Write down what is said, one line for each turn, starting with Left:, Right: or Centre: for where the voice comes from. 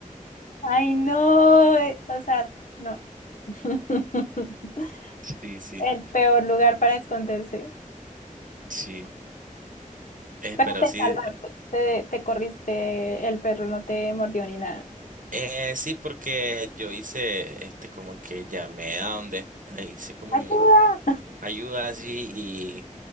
Left: Ay, no, eh, o sea, no, <laughs>
Right: Sí, sí,
Left: el peor lugar para esconderse.
Right: sí, Eh,
Left: Pero
Right: pero
Left: te
Right: sí,
Left: salvaste,
Right: de-
Left: te, te corriste, el perro no te mordió ni nada.
Right: eh, sí, porque yo hice, este, como que llamé a donde, eh, hice como
Left: ¡Ayuda!
Right: un ayuda así y